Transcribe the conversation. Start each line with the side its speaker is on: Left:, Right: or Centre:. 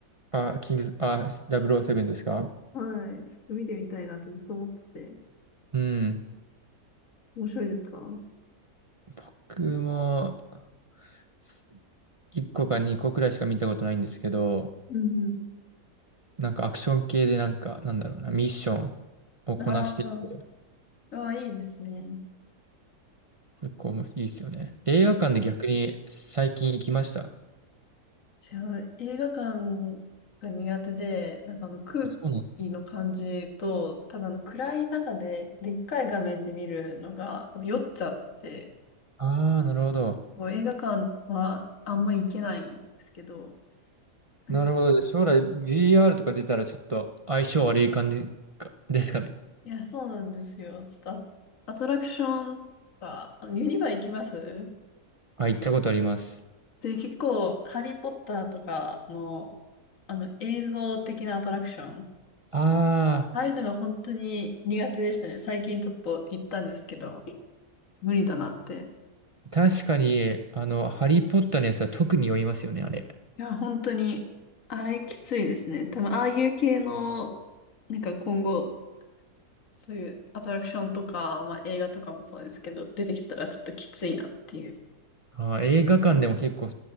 Right: あ、キングス、あ、007ですか
Left: はい。ちょっと見てみたいなってずっと思ってて。
Right: うん。
Left: 面白いですかうん
Right: 僕も、す1個か2個くらいしか見たことないんですけど、
Left: う
Right: なんかアクション系でなんか、なんだろうな、ミッションをこなしていく
Left: ん。ああ、ああ、いいですね。
Right: 結構もいいですよね。映画館で逆に最近行きました。
Left: 私は映画館が苦手で、なんかあの空気の感じと、
Right: あ、そうなの。
Left: 多分あの暗い中で、でっかい画面で見るのが、多分酔っちゃって、
Right: ああ、なるほど。
Left: もう映画館はあんま行けないんですけど、なんか
Right: なるほど。将来 VR とか出たらちょっと、相性悪い感じかですかね。
Left: いや、そうなんですよ。ちょっとアアトラクションは、あのユニバ行きます
Right: あ、行ったことあります。
Left: で、結構、ハリー・ポッターとかの、あの、映像的なアトラクション、
Right: あ
Left: ああいうのが本当に苦手でしたね。最近ちょっと行ったんですけど、無理だなって。
Right: あ、確かに、あの、ハリー・ポッターのやつは特に酔いますよね、あれ。
Left: いや、本当に、あれきついですね。多分、ああいう系の、なんか今後、そういうアトラクションとか、まあ映画とかもそうですけど、出てきたらちょっときついなっていう。い
Right: あー、映画館でも結構、